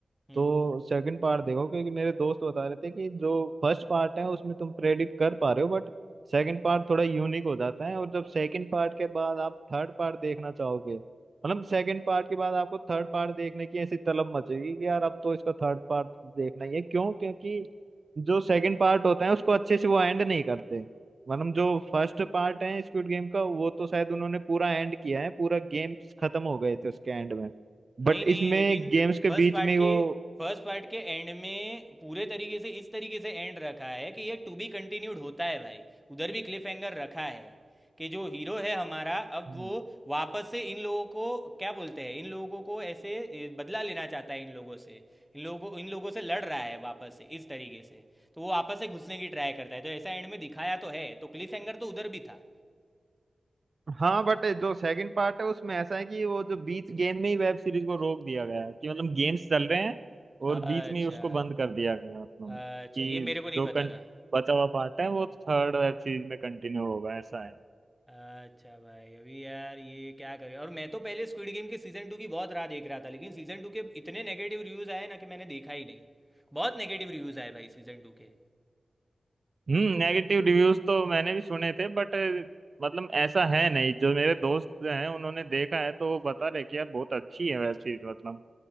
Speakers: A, in the centre; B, on the right.
A: हम्म
B: तो सेकंड पार्ट देखो क्योंकि मेरे दोस्त बता रहे थे कि जो फर्स्ट पार्ट है उसमें तुम प्रेडिक्ट कर पा रहे हो बट सेकंड पार्ट थोड़ा यूनिक हो जाता है और जब सेकंड पार्ट के बाद आप थर्ड पार्ट देखना चाहोगे मतलब सेकंड पार्ट के बाद आपको थर्ड पार्ट देखने की ऐसी तलब मचेगी कि यार अब तो इसका थर्ड पार्ट देखना ही है क्यों क्योंकि जो सेकंड पार्ट होता है उसको अच्छे से वो एंड नहीं करते मतलब जो फर्स्ट पार्ट है स्क्विड गेम का वो तो शायद उन्होंने पूरा एंड किया है पूरा गेम्स खत्म हो गए थे उसके एंड में
A: नहीं
B: बट
A: नहीं
B: इसमें
A: लेकिन
B: गेम्स के
A: फर्स्ट
B: बीच
A: पार्ट
B: में ही वो
A: के फर्स्ट पार्ट के एंड में पूरे तरीके से इस तरीके से एंड रखा है कि ये टू बी कंटिन्यूड होता है भाई उधर भी क्लिफ हैंगर रखा है कि जो हीरो है हमारा अब
B: हम्म।
A: वो वापस से इन लोगों को क्या बोलते हैं इन लोगों को ऐसे ए, बदला लेना चाहता है इन लोगों से इन लोगों को इन लोगों से लड़ रहा है वापस से इस तरीके से तो वो वापस से घुसने की ट्राई करता है तो ऐसा एंड में दिखाया तो है तो क्लिफ हैंगर तो उधर भी था
B: हाँ बट जो सेकंड पार्ट है उसमें ऐसा है कि वो जो बीच गेम में ही वेब सीरीज को रोक दिया गया है कि मतलब गेम्स चल रहे हैं और
A: अच्छा
B: बीच में ही उसको बंद कर दिया गया है, मतलब
A: अच्छा
B: कि
A: ये मेरे को नहीं
B: जो कं-
A: पता था
B: बचा हुआ पार्ट है वो थर्ड वेब सीरीज में कंटिन्यू होगा ऐसा है
A: अच्छा भाई अभी यार ये क्या करें और मैं तो पहले स्क्विड गेम के सीज़न टू की बहुत राह देख रहा था लेकिन सीज़न टू के इतने नेगेटिव रिव्यूज़ आए ना कि मैंने देखा ही नहीं बहुत नेगेटिव रिव्यूज़ आए भाई सीज़न टू के
B: हम्म नेगेटिव रिव्यूज तो मैंने भी सुने थे बट मतलब ऐसा है नहीं जो मेरे दोस्त हैं उन्होंने देखा है तो वो बता रहे कि यार बहुत अच्छी है वेब सीरीज मतलब